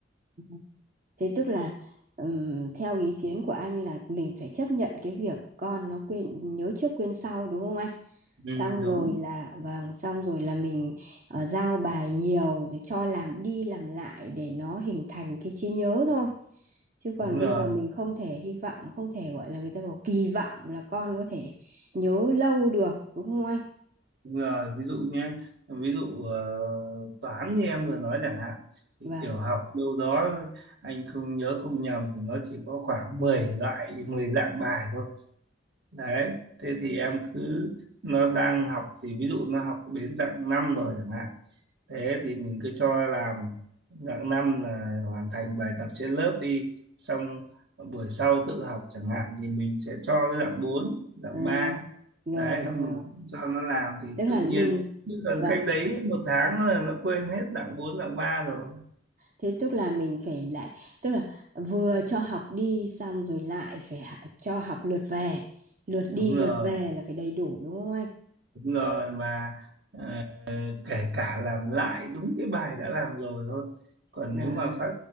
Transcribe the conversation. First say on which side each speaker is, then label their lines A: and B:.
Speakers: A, on the right; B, on the right.
A: ừ. Thế tức là ừm, theo ý kiến của anh là mình phải chấp nhận cái việc con nó quên nhớ trước quên sau đúng không anh?
B: ừ,
A: Xong
B: đúng
A: rồi là vâng, xong rồi là mình ờ, giao bài nhiều rồi cho làm đi làm lại để nó hình thành cái trí nhớ thôi. Chứ
B: đúng
A: còn bây
B: rồi
A: giờ mình không thể hy vọng, không thể gọi là người ta bảo kỳ vọng là con có thể nhớ lâu được đúng không anh?
B: đúng rồi ví dụ nhé ví dụ ờ, toán như em vừa nói chẳng hạn thì
A: Vâng.
B: tiểu học đâu đó anh không nhớ không nhầm thì nó chỉ có khoảng mười loại 10 dạng bài thôi đấy thế thì em cứ nó đang học thì ví dụ nó học đến dạng 5 rồi chẳng hạn thế thì mình cứ cho làm dạng năm là hoàn thành bài tập trên lớp đi xong buổi sau tự học chẳng hạn thì mình sẽ cho cái dạng 4, dạng
A: Ừ,
B: ba
A: rồi
B: đấy xong
A: rồi,
B: mình cho nó làm thì
A: tức là
B: tự nhiên
A: mình
B: chứ còn
A: vâng
B: cách đấy một tháng là nó quên hết dạng 4, dạng ba rồi
A: thế tức là mình phải lại tức là vừa cho học đi xong rồi lại phải hạ- cho học lượt về lượt
B: đúng
A: đi
B: rồi
A: lượt về là phải đầy đủ đúng không anh
B: đúng rồi mà à, kể cả làm lại đúng cái bài đã làm rồi thôi còn
A: à,
B: nếu mà phát